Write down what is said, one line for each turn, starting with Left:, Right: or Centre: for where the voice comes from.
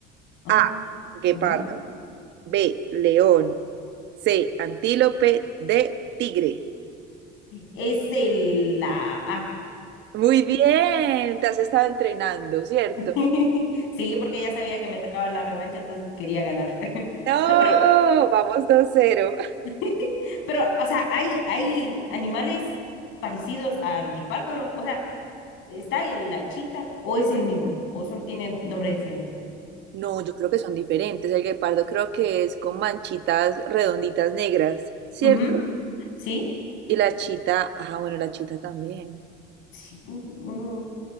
Left: Ah.
Right: A, guepardo,
Left: Ujú.
Right: B, león, C, antílope, D, tigre.
Left: Es el la ah.
Right: Muy bien, te has estado entrenando, ¿cierto?
Left: <laughs> Sí, porque ya sabía que me tocaba la revancha, entonces quería ganar. <laughs>
Right: No,
Left: No, pero,
Right: vamos dos cero.
Left: <laughs> pero, o sea, hay, hay animales parecidos al guepardo, ¿no? O sea, ¿está el- la chita o es el mismo? ¿O solo tiene nombre diferente?
Right: No, yo creo que son diferentes. El guepardo creo que es con manchitas redonditas negras, ¿cierto?
Left: Ujú. ¿Sí?
Right: Y la chita, ah, bueno, la chita también.
Left: Sí, mm,